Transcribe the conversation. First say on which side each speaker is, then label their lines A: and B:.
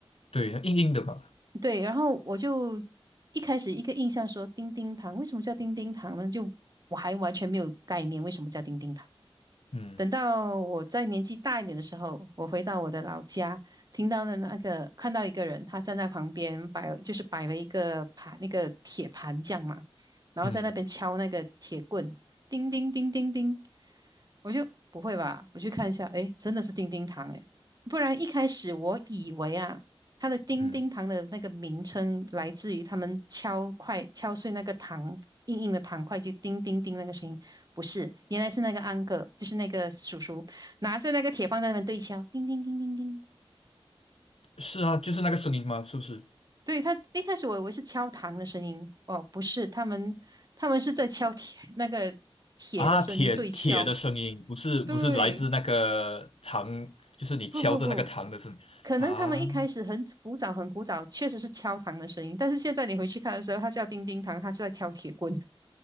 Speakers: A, on the left; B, on the right.
A: 对，硬硬的吧，
B: 对，然后我就一开始一个印象说叮叮糖，为什么叫叮叮糖呢？就我还完全没有概念为什么叫叮叮糖。
A: 嗯
B: 等到我在年纪大一点的时候，我回到我的老家，听到的那个看到一个人，他站在旁边摆，就是摆了一个盘，那个铁盘匠嘛，然后在那边敲那个铁棍，
A: 嗯
B: 叮叮叮叮叮。我就不会吧？我去看一下，诶，真的是丁丁糖诶，不然一开始我以为啊，它的丁丁糖的那个名称来自于他们敲块敲碎那个糖硬硬的糖块就叮叮叮那个声音，
A: 嗯，
B: 不是，原来是那个安哥，就是那个叔叔拿着那个铁棒在那边对敲，叮叮叮叮叮。
A: 是啊，就是那个声音吗？是不是？
B: 对，他一开始我以为是敲糖的声音，哦，不是，他们他们是在敲铁那个铁的声音对敲，
A: 啊，铁铁的声音，不是不是来自那个糖，
B: 对，
A: 就是你敲着那个糖的声音啊
B: 不不不。可能他们一开始很古早很古早，确实是敲糖的声音，但是现在你回去看的时候，它叫叮叮糖，它是在挑铁棍。